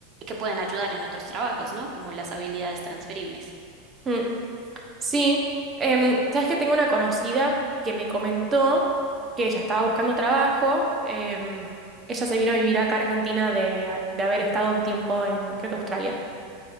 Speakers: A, on the right; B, on the right.
A: que pueden ayudar en otros trabajos, ¿no? Como las habilidades transferibles.
B: Mm, Sí, Em, sabes que tengo una conocida que me comentó que ella estaba buscando trabajo. em, ella se vino a vivir acá a Argentina de, de haber estado un tiempo en, creo que Australia.